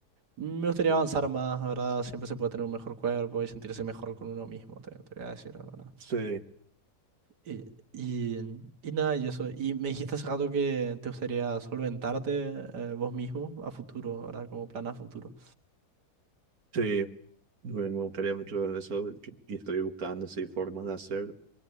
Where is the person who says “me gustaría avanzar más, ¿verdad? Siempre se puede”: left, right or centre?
Right